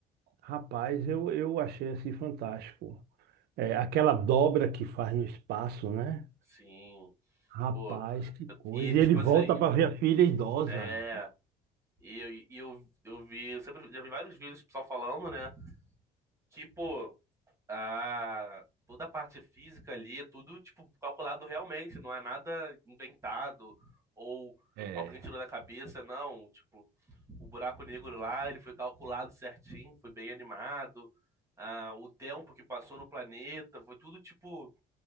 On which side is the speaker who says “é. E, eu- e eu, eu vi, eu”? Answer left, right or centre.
Right